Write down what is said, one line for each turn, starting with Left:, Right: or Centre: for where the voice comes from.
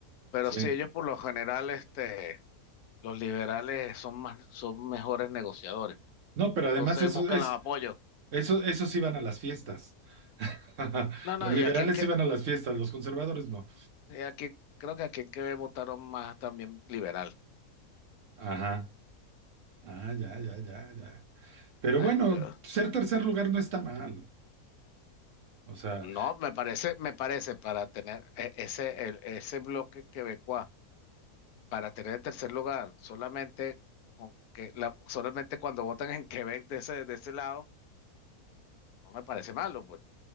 Left: pero
Right: Sí.
Left: sí, ellos por lo general, este, los liberales son más, son mejores negociadores.
Right: No, pero
Left: Entonces
Right: además eso,
Left: buscan
Right: es,
Left: los apoyos.
Right: eso, esos iban a las fiestas. <laughs>
Left: No, no,
Right: Los liberales
Left: y a en que,
Right: iban a las fiestas, los conservadores no.
Left: y a aquí, creo que a en que votaron más también liberal.
Right: Ajá. Ah, ya, ya, ya, ya. Pero
Left: Bueno,
Right: bueno, ser tercer lugar no está mal. O sea,
Left: No, me parece, me parece para tener e- ese, el- ese bloque quebecuá, para tener el tercer lugar, solamente con que la- solamente cuando votan en Quebec de ese, de ese lado, no me parece malo, pues.